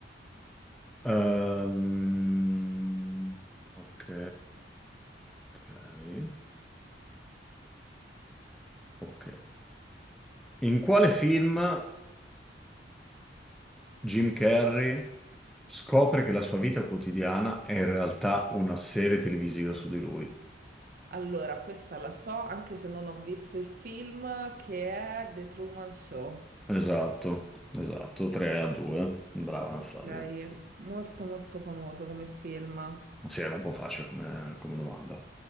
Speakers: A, in the centre; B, on the right.
A: Ehm, ok, ok, ok. In quale film Jim Carrey scopre che la sua vita quotidiana è in realtà una serie televisiva su di lui.
B: Allora, questa la so, anche se non ho visto il film, che è The Truman Show.
A: Esatto, esatto, 3 a 2. Brava Anastasia.
B: Ok, molto molto famoso come film.
A: Sì, era un po' facile come, come domanda.